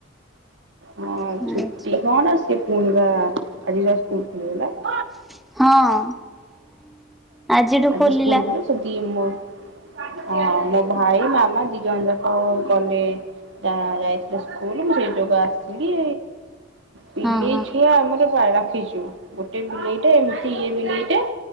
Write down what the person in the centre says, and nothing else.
ଆଚ୍ଛା
ହଁ। ଆଜିଠୁ
ଖୋଲିଲା।
ହଁ ହଁ